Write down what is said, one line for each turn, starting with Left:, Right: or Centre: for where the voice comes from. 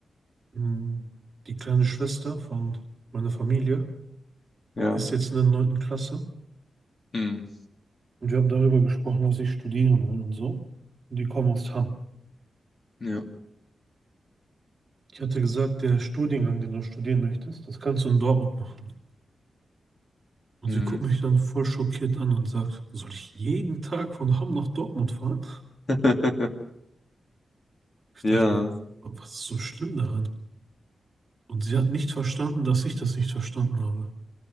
Right: mm, die kleine Schwester von meiner Familie
Left: Ja.
Right: ist jetzt in der neunten Klasse
Left: Hm.
Right: und wir haben darüber gesprochen, was ich studieren will und so. Und die kommen aus Hamm.
Left: Ja.
Right: Ich hatte gesagt, der Studiengang, den du studieren möchtest, das kannst du in Dortmund machen. Und
Left: Hm.
Right: sie guckt mich dann voll schockiert an und sagt, soll ich jeden Tag von Hamm nach Dortmund fahren?
Left: <laughs>
Right: Ich
Left: Ja.
Right: dachte mir, was ist so schlimm daran? Und sie hat nicht verstanden, dass ich das nicht verstanden habe.